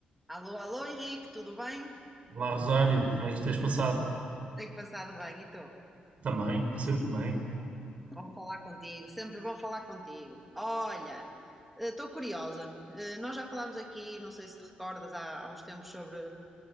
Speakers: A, in the centre; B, on the right.
A: Alô, alô, Henrique, tudo bem?
B: Olá, Rosário, como é que tens passado?
A: Tenho passado bem, e estou.
B: Também, sempre bem.
A: Bom falar contigo, sempre bom falar contigo. Olha, estou curiosa. Eh, Nós já falámos aqui, não sei se te recordas, há, há uns tempos sobre